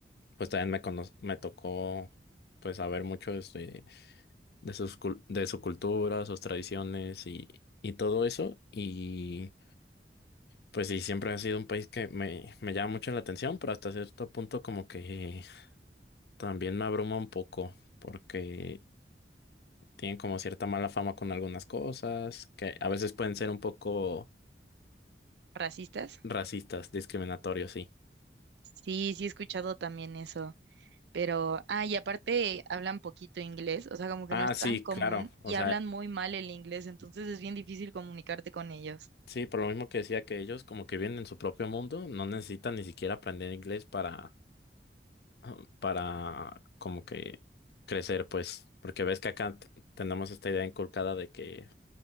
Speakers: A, on the left (about 65°); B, on the right (about 80°).
A: pues también me cono- me tocó, pues, saber mucho de, su- de sus cul- de su cultura, sus tradiciones y, y todo eso. Y pues sí, siempre ha sido un país que me, me llama mucho la atención, pero hasta cierto punto como que también me abruma un poco, porque tienen como cierta mala fama con algunas cosas, que a veces pueden ser un poco
B: ¿Racistas?
A: racistas, discriminatorios, sí.
B: Sí, sí he escuchado también eso. Pero, ah, y aparte hablan poquito inglés, o sea, como que
A: Ah,
B: no es
A: sí,
B: tan común
A: claro. O
B: y
A: sea,
B: hablan muy mal el inglés, entonces es bien difícil comunicarte con ellos.
A: sí, por lo mismo que decía que ellos como que viven en su propio mundo, no necesitan ni siquiera aprender inglés para, <clears throat> para como que crecer, pues, porque ves que acá t- tenemos esta idea inculcada de que